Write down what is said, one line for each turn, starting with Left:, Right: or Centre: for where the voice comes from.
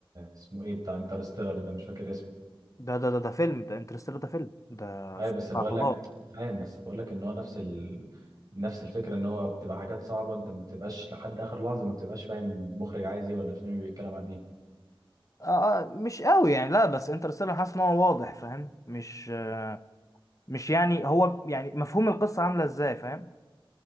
Right: اسمه ايه بتاع انترستيلر ده مش فاكر اسمه
Left: ده ده ده ده فيلم ده انترستيلر ده فيلم ده
Right: ايوه
Left: فيلم
Right: بس
Left: بتاع
Right: بقول
Left: فضاء
Right: لك فاهم بس بقول لك ان هو نفس ال... نفس الفكره ان هو بتبقى حاجات صعبه انت ما بتبقاش لحد اخر لحظه ما بتبقاش فاهم المخرج عايز ايه ولا الفيلم بيتكلم عن ايه
Left: آه آه، مش قوي يعني لا بس انترستيلر حاسس ان هو واضح فاهم مش آه مش يعني هو يعني مفهوم القصة عاملة ازاي فاهم